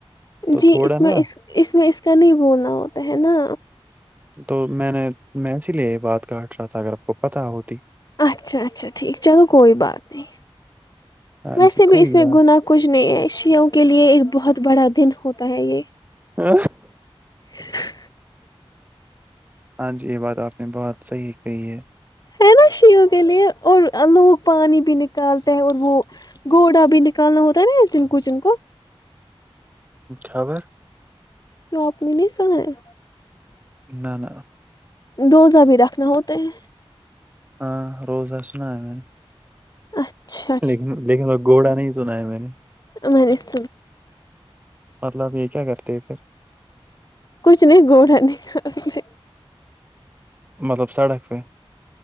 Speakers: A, on the right; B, on the left.
A: تو
B: جی
A: تھوڑا
B: اس میں
A: نا
B: اس اس میں اس کا نہیں بولنا ہوتا ہے نا
A: تو میں نے میں اسی لیے یہ بات کاٹ رہا تھا اگر آپ کو پت ہوتی
B: اچھا اچھا ٹھیک چلو کوئی بات نہیں
A: ہاں
B: ویسے
A: جی
B: بھی
A: کوئی
B: اس میں
A: بات
B: گناہ کچھ نہیں ہے شیوں کے لیے ایک بہت بڑا دن ہوتا ہے یہ
A: ہ
B: <unintelligible>
A: ہاں جی یہ بات آپ نے بہت صحیح کہی ہے
B: ہے نا شیوں کے لیے اور لوگ پانی بھی نکالتے ہیں اور وہ گھوڑا بھی نکالنا ہوتا ہے نا اس دن کوچن کو
A: خابر
B: کی آپ نے نہیں سنا ہے
A: نہ نہ
B: ڈوزہ بھی رکھنا ہوتا ہے
A: ہاں روز ہ سنایا میں نے
B: ہے اچھا
A: لیکن لیکن وہ گھوڑا نہیں سنا ہے میں نے
B: ہمس
A: مطلب یہ کیا کرتے پھر
B: کچھ نہیں گوڑا نہیں
A: مطلب سڑک پہ اچھا